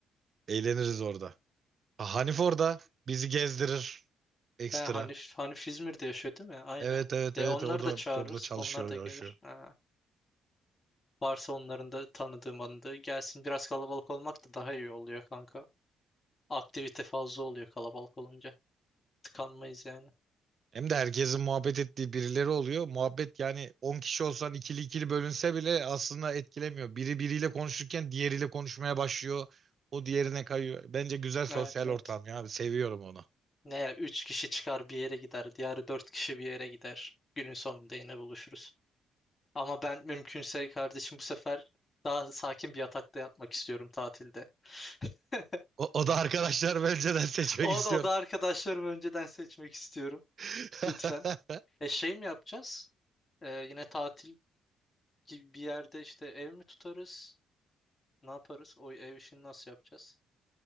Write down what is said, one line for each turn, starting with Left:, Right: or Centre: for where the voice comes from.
Right: Eğleniriz orada. Ha, Hanif orada bizi gezdirir ekstra.
Left: He, Hanif, Hanif İzmir'de yaşıyor değil mi? Aynen.
Right: Evet evet
Left: E,
Right: evet
Left: onları
Right: o da
Left: da çağırırız.
Right: orada çalışıyor
Left: Onlar da gelir.
Right: yaşıyor.
Left: Ha. Varsa onların da tanıdığım anıdığı gelsin. Biraz kalabalık olmak da daha iyi oluyor kanka. Aktivite fazla oluyor kalabalık olunca. Tıkanmayız yani.
Right: Hem de herkesin muhabbet ettiği birileri oluyor. Muhabbet yani 10 kişi olsan ikili ikili bölünse bile aslında etkilemiyor. Biri biriyle konuşurken diğeriyle konuşmaya başlıyor. O diğerine kayıyor. Bence güzel sosyal
Left: Evet evet.
Right: ortam ya. Seviyorum onu.
Left: Ne ya, üç kişi çıkar bir yere gider. Diğer dört kişi bir yere gider. Günün sonunda yine buluşuruz. Ama ben mümkünse kardeşim bu sefer daha sakin bir yatakta yatmak istiyorum tatilde. <laughs>
Right: O, o da arkadaşlar önceden seçmek
Left: O
Right: istiyorum.
Left: da, o da arkadaşlarımı önceden seçmek istiyorum.
Right: <laughs>
Left: Lütfen. E şey mi yapacağız? E, yine tatil gibi bir yerde işte ev mi tutarız? Ne yaparız? O ev işini nasıl yapacağız?